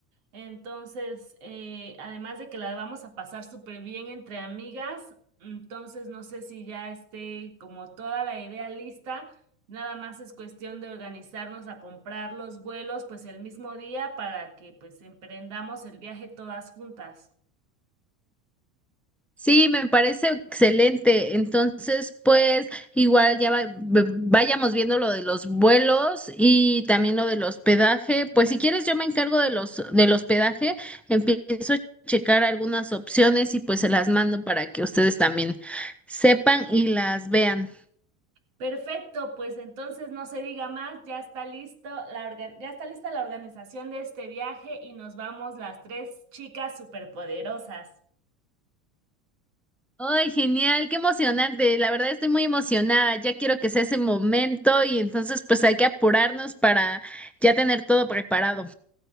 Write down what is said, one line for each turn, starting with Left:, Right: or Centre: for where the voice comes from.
Right: Entonces, eh, además de que la vamos a pasar súper bien entre amigas, entonces no sé si ya esté como toda la idea lista, nada más es cuestión de organizarnos a comprar los vuelos pues el mismo día para que pues emprendamos el viaje todas juntas.
Centre: Sí, me parece excelente. Entonces, pues igual ya va- v- vayamos viendo lo de los vuelos y también lo del hospedaje. Pues si quieres, yo me encargo de los del hospedaje. Empiezo a checar algunas opciones y pues se las mando para que ustedes también sepan y las vean.
Right: Perfecto, pues entonces no se diga más, ya está listo la orga- ya está lista la organización de este viaje y nos vamos las tres chicas superpoderosas.
Centre: ¡Ay, genial! ¡Qué emocionante! La verdad estoy muy emocionada. Ya quiero que sea ese momento y entonces pues hay que apurarnos para ya tener todo preparado.